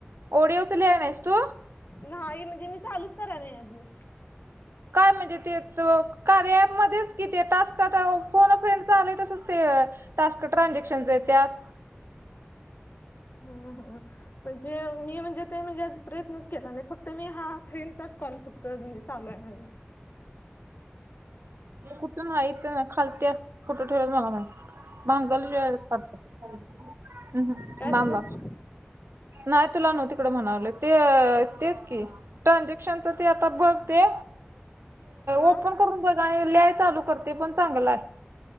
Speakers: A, on the right; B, on the left.
A: ओडिओच लिहाय नाहीस तू
B: नाही म्हणजे मी चालूच कराय नाही अजून
A: काय म्हणजे ते कार्या अँप मध्येच कि ते टास्क फोन अ फ्रेंड चं आलाय तसच ते टास्क ट्रानझॅक्शनचं येत्यात
B: हम् हम म्हणजे मी म्हणजे ते म्हणजे आ प्रयत्नच केला नाही फक्त मी हा फ्रेंडचाच कॉल फत त चालू आहे माझा
A: कुठ नाहितं खालती अस कुठं ठेवल्यात मला माहीत भांगलंय वाटतं
B: काय
A: बांदव
B: झालं
A: नाही तुला नव्ह तिकडं म्हणालोय ते तेच की ट्रानझॅक्शनच ते आता बघ ते
B: अ
A: ओपन करून बग आणि ल्याय चालू कर ते पण चांगलं आहे